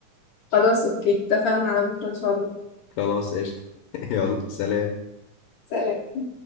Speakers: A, on the left (about 55°); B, on the left (about 80°).
A: خلاص اوكي اتفقنا على بكره ان شاء الله
B: خلاص قشطة <laughs> يلا سلام
A: سلام